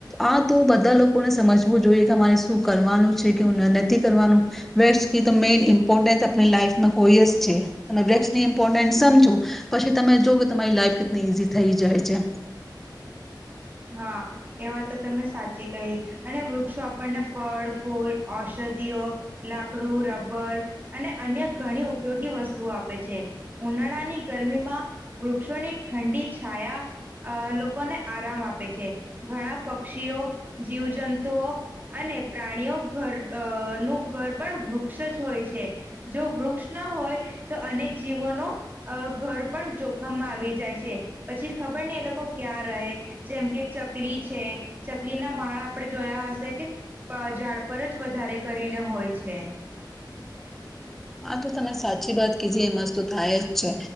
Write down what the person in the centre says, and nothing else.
આ તો બધા લોકોને સમજવું જોઈએ કે અમારે શું કરવાનું છે, કેવું નથી કરવાનું વૃક્ષ ક તો મેઈન ઇમ્પોર્ટન્સ આપણી લાઈફમાં હોય જ છે. તમે વૃક્ષની ઇમ્પોર્ટન્સ સમજો પછી તમે જો કે તમારી લાઈફ કેટલી ઈઝી થઈ જાય છે.
આ તો તમે સાચી વાત કીજી એ મસ્ત થાય જ છે.